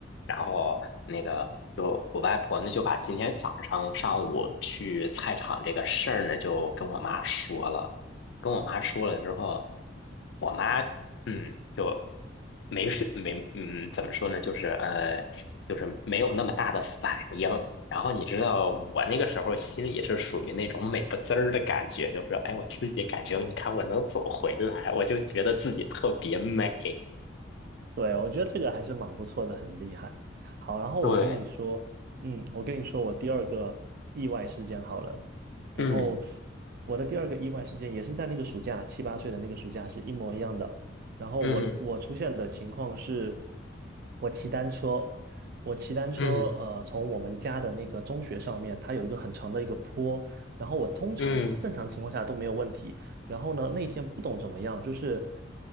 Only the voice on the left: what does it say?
然后那个就我外婆呢就把今天早上上午去菜场这个事儿呢就跟我妈说了，跟我妈说了之后，我妈嗯就没事没嗯怎么说呢，就是呃就是没有那么大的反应，然后你知道我那个时候心里是属于那种美不滋儿的感觉，就是哎，我自己感觉你看我能走回来，我就觉得自己特别美。
对，
嗯
嗯
嗯
嗯